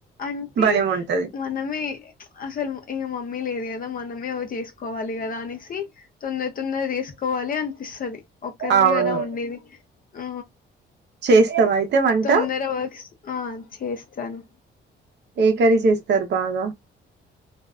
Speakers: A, on the left (about 45°); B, on the right (about 60°).
A: అంటే
B: భయం ఉంటది
A: మనమే అసలు ఇంగ మమ్మీ లేదు కదా మనమే ఒ చేసుకోవాలి కదా అనేసి తొందర తొందర చేసుకోవాలి అ పిస్తది ఒక్కరిమే
B: అవును
A: కదా ఉండేది ఆ
B: చేస్తావా అయితే వంట
A: తొందర వర్క్స్ ఆ చేస్తాను
B: ఎ కర్రీ చేస్తారు బాగా